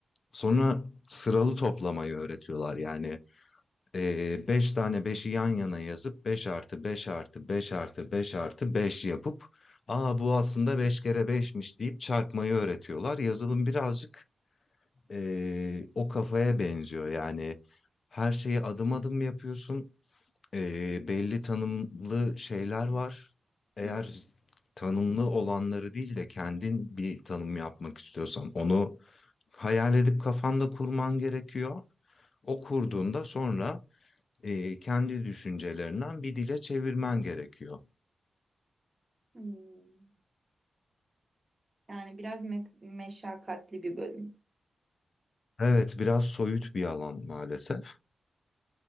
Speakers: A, on the left; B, on the right.
A: Sonra sıralı toplamayı öğretiyorlar. Yani eee 5 tane beşi yan yana yazıp 5 artı 5 artı 5 artı 5 artı beş yapıp Aa bu aslında 5 kere beşmiş deyip çarpmayı öğretiyorlar. Yazılım birazcık e, o kafaya benziyor. Yani her şeyi adım adım yapıyorsun. E, belli tanımlı şeyler var. Eğer
B: Hı.
A: tanımlı olanları değil de kendin bir tanım yapmak istiyorsan onu hayal edip kafanda kurman gerekiyor. O kurduğunda sonra e, kendi düşüncelerinden bir dile çevirmen gerekiyor.
B: Hmm. Yani biraz me meşakkatli bir bölüm.
A: Evet, biraz soyut bir alan maalesef.